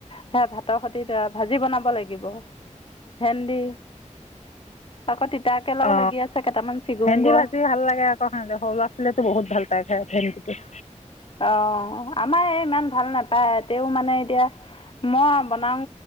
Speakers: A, on the left; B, on the left.
A: স ভাতৰ সতে ভাজি বনাব লাগিব ভেন্দি আকৌ' তিতাকেৰেলাও
B: অ
A: লাগি আছে কেইটামান ছিগুংগৈ
B: ভেন্দি ভাজি ভাল লাগে আকৌ। দে সৰু লৰা ছোৱালীৱে টো বহুত ভাল পায় খাই ভেন্দিটো।
A: অ আমাৰ এই ইমান ভাল নাপায় তেওঁ মানে এতিয়া মই বনাও